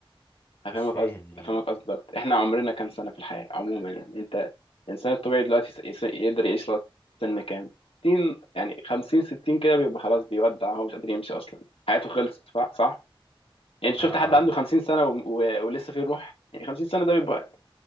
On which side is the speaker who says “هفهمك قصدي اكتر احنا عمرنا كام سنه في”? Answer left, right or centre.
Left